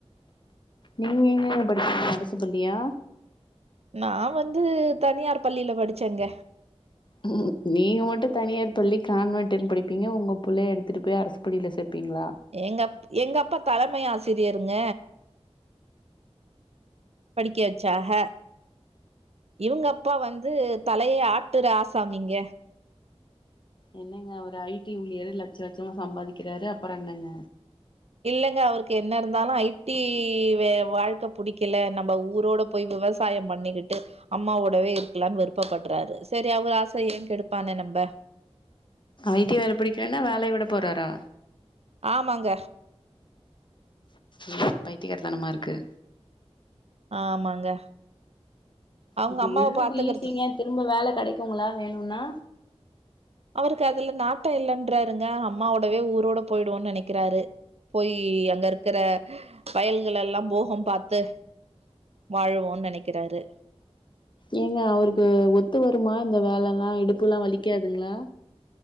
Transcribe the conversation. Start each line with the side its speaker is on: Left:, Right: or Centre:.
Left: நீங்க எங்கங்க படிச்சீங்க அரசு பள்ளியா
Right: நா வந்து தனியார் பள்ளில படிச்சேங்க
Left: ம் நீங்க மட்டு தனியார் பள்ளி கான்வெண்ட்டுன் படிப்பீங்க ஒங்க புள்ளைய எடுத்துட்டு போய் அரசு பள்ளில சேப்பீங்களா
Right: எங்கப் எங்கப்பா தலைமை ஆசிரியருங்க படிக்க வெச்சாக இவ்ங்க அப்பா வந்து தலைய ஆட்டுற ஆசாமிங்க
Left: என்னங்க அவரு ஐ டி ஊழியரு லெட்ச லெட்சமா சம்பாதிக்கிறாரு அப்பற என்னங்க
Right: இல்லங்க அவருக்கு என்ன இருந்தாலு ஐ டி வெ வாழ்க்க புடிக்கல நம்ப ஊரோட போய் விவசாய பண்ணிக்கிட்டு அம்மாவோடவே இருக்கலான் விருப்ப பட்றாரு சேரி அவ்க ஆசைய ஏ கெடுப்பானே நம்ப
Left: ஐ டி வேல பிடிக்கலனா வேலைய விட போறாரா
Right: ஆமாங்க
Left: என்னங்க பைத்தியகார தனமா இருக்கு
Right: ஆமாங்க அவ்ங்க
Left: இப்ப
Right: அம்மாவ
Left: விடுறது
Right: பாத்துக்கிறத்தா
Left: ஈஸிங்க திரும்ப வேல கெடைக்குங்களா வேணுனா
Right: அவருக்கு அதுல நாட்ட இல்லன்றாருங்க அம்மாவோடவே ஊரோட போயிடுவோன் நெனைக்கிறாரு போயி அங்க இருக்கிற வயல்களெல்லா போகம் பாத்து வாழுவோன் நெனைக்கிறாரு
Left: ஏங்க அவருக்கு ஒத்து வருமா இந்த வேலலா இடுப்புலா வலிக்காதுங்ளா